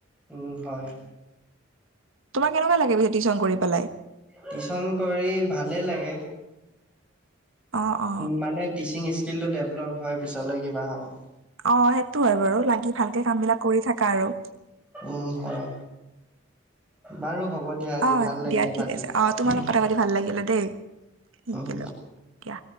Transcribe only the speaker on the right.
তোমাৰ কেনেকুৱা লাগে পিছে টিউচন কৰি পেলাই?
অ অ
অঁ সেইটো হয় বাৰু, লাগি ভালকে কাম বিলাক কৰি থাকা আৰু।
অঁ
দিয়া ঠিক
আছে, অঁ তোমালগত
কথা পাতি ভাল লাগিলে দেই, শিকিলো
দিয়া।